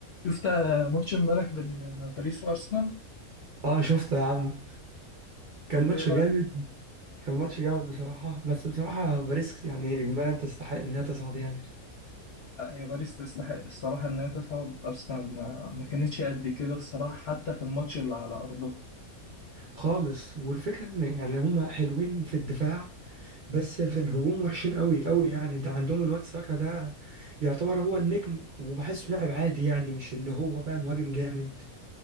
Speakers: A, on the left (about 55°); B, on the right (about 55°).
A: شفت ماتش امبارح بين باريس وارسنال
B: اه شفته يا عم كان
A: طب
B: ماتش
A: ايه رايك
B: جامد كان ماتش جامد بصراحة بس بصراحة باريس يعني إجمالا تستحق إنها تصعد يعني
A: لا هي باريس تستحق الصراحه ان هي تصعد ارسنال ما, ما كانتش قد كده الصراحه حتى في الماتش اللي على ارضها
B: خالص والفكرة إن يعني هما حلوين في الدفاع بس في الهجوم وحشين قوي قوي يعني ده عندهم الواد ساكا ده يعتبر هو النجم وبحسه لاعب عادي يعني مش اللي هو بقى مهاجم جامد